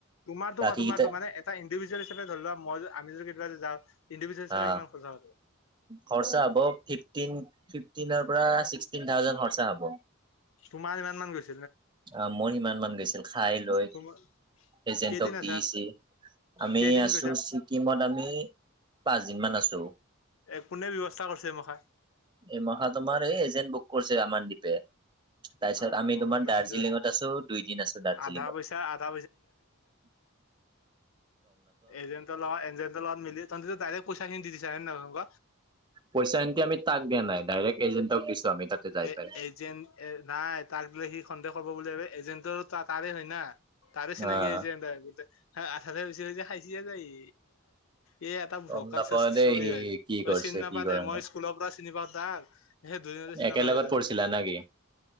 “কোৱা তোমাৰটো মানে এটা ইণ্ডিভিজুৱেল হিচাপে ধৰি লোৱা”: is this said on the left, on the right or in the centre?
Left